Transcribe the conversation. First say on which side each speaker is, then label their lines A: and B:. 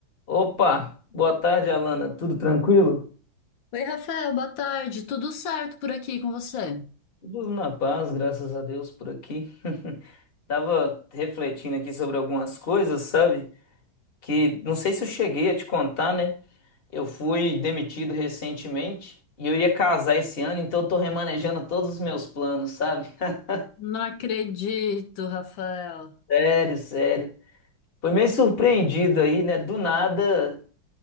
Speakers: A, on the left (about 30°); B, on the left (about 75°).
A: Opa, boa tarde, Alana. Tudo tranquilo?
B: Oi, Rafael, boa tarde. Tudo certo por aqui com você?
A: Tudo na paz, graças a Deus por aqui. <laughs> Tava refletindo aqui sobre algumas coisas, sabe? Que não sei se eu cheguei a te contar, né? Eu fui demitido recentemente e eu ia casar esse ano, então eu tô remanejando todos os meus planos, sabe? <laughs>
B: Não acredito, Rafael.
A: Sério, sério. Foi meio surpreendido aí, né? Do nada